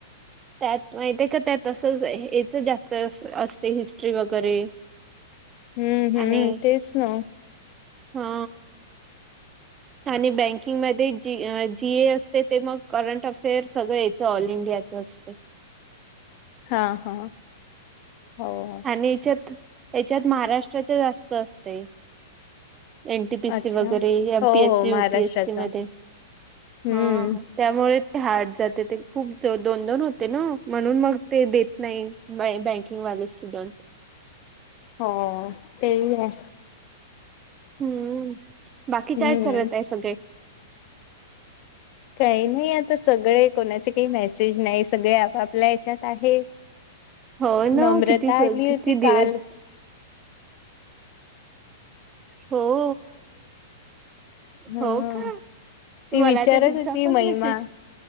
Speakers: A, on the right; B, on the left.
A: त्यात माहि का त्यातच हच जास्त असते हिस्ट्री वगैरे
B: हम्म हम्म
A: आणि
B: तेच ना
A: हा
B: <inaudible>
A: आणि बँकिंगमध्येध्ये जी जीए असते ते मग करंट अफेअर्स सगळं यायचं ऑल इंडियाचं नस्ते
B: हा हा हो हो.
A: आणि याच्यात याच्यात महाराष्ट्राच जास्त असते एन. टी. पी. सी
B: अच्छा
A: वगैरे. एम.
B: हो
A: पीए. ससी.
B: हो
A: यु.
B: महाराष्ट्राचा
A: पीए. ससी मध्ये.
B: हम्म
A: हा त्यामुळे. ते हार्ड जाते ते खूप दोन-दोन होते ना. म्हणून मग ते देत नाही बँकिंग वाले. स्टुडट.
B: हो. ते ही आहे.
A: हम्म! बाकी
B: हम्म
A: काय करत आहे सगळे?
B: काही नाही आता सगळे कोणाचे काही मेसेज नाही सगळे आपापल्या हेच्यात आहे
A: हो ना
B: नम्रता
A: किती
B: आली
A: किती
B: होती
A: दिवस
B: काल
A: हो.
B: हम..
A: हो का
B: ती
A: मला
B: विचारत
A: तर तिचा
B: होती
A: पण
B: महिमा
A: मेसेज